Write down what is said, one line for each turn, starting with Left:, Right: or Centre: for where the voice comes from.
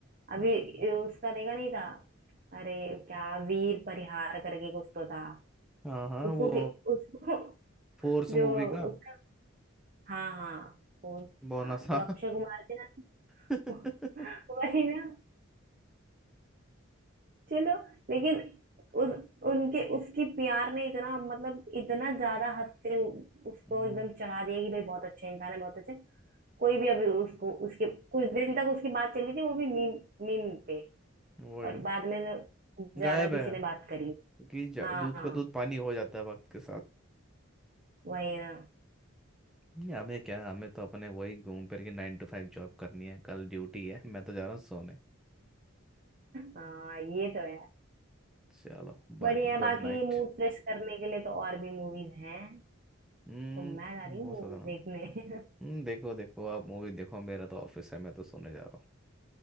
Right: अभी
Centre: हम्म।
Right: ये उसका देखा नहीं था अरे क्या वीर परिहार करके कुछ तो था
Centre: हाँ हाँ
Right: उसको
Centre: वो
Right: कि, उसको <laughs>
Centre: फोर्स मूवी
Right: जो
Centre: का
Right: उसका हाँ हाँ उस,
Centre: बोनस
Right: हाँ
Centre: हाँ
Right: जो अक्षय कुमार के ना
Centre: <laughs>
Right: <laughs> वही ना चलो लेकिन उस उनके उसकी प्यार ने इतना मतलब इतना ज्यादा हद से उसको
Centre: हम्म,
Right: एकदम चढ़ा दिया कि भाई बहुत अच्छा इंसान है बहुत अच्छे कोई भी अभी उसको उसके कुछ दिन तक उसकी बात चली थी वो भी मीम मीम पे
Centre: वही
Right: और बाद में ज्यादा
Centre: गायब
Right: किसी
Centre: है
Right: ने बात करी
Centre: कि ज-
Right: हाँ
Centre: दूध का दूध पानी हो जाता है वक्त के साथ
Right: वही ना
Centre: नहीं, हमें क्या हमें तो अपने वही घूम फिर के नाइन टू फाइव जॉब करनी है कल ड्यूटी है मैं तो जा रहा हूँ सोने
Right: हाँ ये तो है
Centre: चलो
Right: बढ़िया
Centre: Bye
Right: है
Centre: good
Right: बाकी
Centre: night
Right: मूड फ्रेश करने के लिए तो और भी मूवीज हैं
Centre: हम्म
Right: तो मैं जा रही हूँ
Centre: वो
Right: मूवीज
Centre: सोचा ना
Right: देखने <laughs>
Centre: हम्म देखो देखो आप मूवी देखो मेरा तो ऑफिस है मैं तो सोने जा रहा